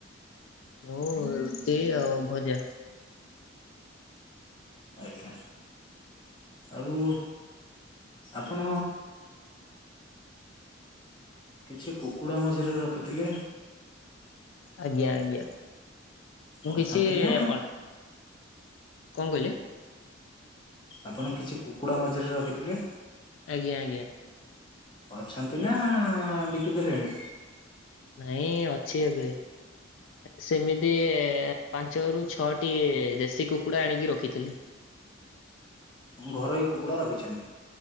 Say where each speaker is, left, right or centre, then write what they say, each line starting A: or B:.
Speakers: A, on the left; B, on the left.
A: ମୁଁ ରୁଟି ଆଉ ଭଜା।
B: ଆଜ୍ଞା। ଆଉ ଆପଣ? କିଛି କୁକୁଡା ମଝିରେ ରଖିଥିଲେ।
A: ଆଜ୍ଞା ଆଜ୍ଞା ମୁଁ
B: ଅଛନ୍ତି
A: କିଛି ଅଳପ
B: ନା
A: କଣ କହିଲି?
B: ଆପଣ କିଛି କୁକୁଡା ମଝିରେ ରଖିଥିଲେ?
A: ଆଜ୍ଞା ଆଜ୍ଞା
B: ଅଛନ୍ତିନା ବିକି ଦେଲେଣି।
A: ନାଇଁ ଅଛି ଏବେ ସେମିତି ପାଞ୍ଚରୁୁ ଛଅଟି ଦେଶୀ କୁକୁଡା ଆଣିକି ରଖିଥିଲି।
B: ଘରଇ କୁକୁଡା ରଖିଛନ୍ତି।